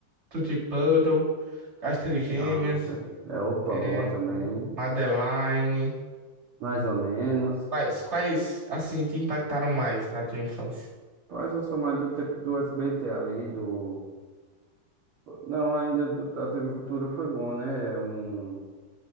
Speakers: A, on the right; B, on the right.
A: Tutti Puddle, As Trigêmeas,
B: Não, isso é, é opa,
A: é,
B: bom também.
A: Madeline.
B: Mais ou menos.
A: Quais, quais, assim, te impactaram mais na tua infância?
B: Mas eu sou mais do tempo do SBT ali, do. Não, ainda do- da TV Cultura foi bom, né? É um.